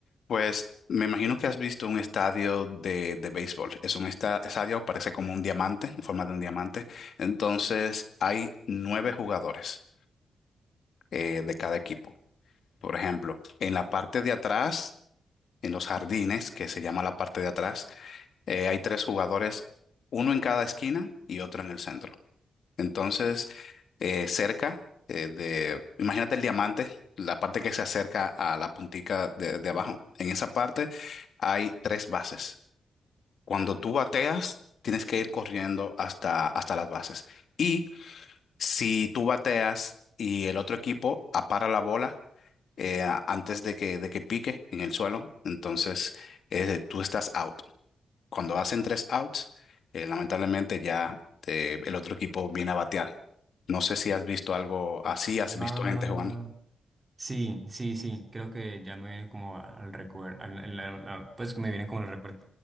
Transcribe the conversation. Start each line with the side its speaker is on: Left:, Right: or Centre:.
Left: Pues me imagino que has visto un estadio de, de béisbol. Es un esta- estadio, parece como un diamante, en forma de un diamante. Entonces hay nueve jugadores eh, de cada equipo. Por ejemplo, en la parte de atrás, en los jardines, que se llama la parte de atrás, eh, hay tres jugadores, uno en cada esquina y otro en el centro. Entonces, eh, cerca eh, de, imagínate el diamante, la parte que se acerca a la puntica de, de abajo. En esa parte hay tres bases. Cuando tú bateas, tienes que ir corriendo hasta, hasta las bases. Y si tú bateas y el otro equipo apara la bola eh, a- antes de que, de que pique en el suelo, entonces eh, tú estás out. Cuando hacen tres outs, eh, lamentablemente ya eh, el otro equipo viene a batear. No sé si has visto algo así, has visto
Right: Ah,
Left: gente jugando.
Right: Sí, sí, sí, creo que ya me vienen como al recuerdo, pues me vienen como el recuerdo.